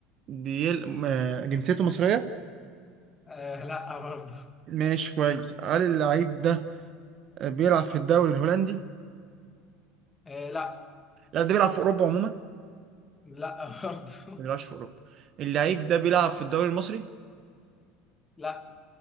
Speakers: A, on the right; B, on the left.
A: بيل... آه، جنسيته مصرية
B: آه لا برضه
A: ماشي كويس هل اللعيب ده بيلعب في الدوري الهولندي
B: آه لا
A: لا ده بيلعب في أوروبا عموما ما
B: لا برضه
A: بيلعبش في أوروبا اللعيب ده بيلعب في الدوري المصري
B: <laughs> لا